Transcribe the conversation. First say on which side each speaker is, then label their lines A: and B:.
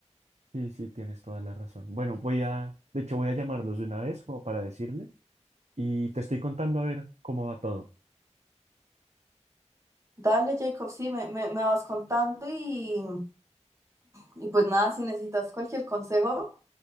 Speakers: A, on the right; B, on the right.
A: sí, sí, tienes toda la razón. Bueno, voy a, de hecho voy a llamarlos de una vez como para decirles. Y te estoy contando a ver cómo va todo.
B: Dale, Jacob, sí, me, me- me vas contando y, y pues nada, si necesitas cualquier consejo,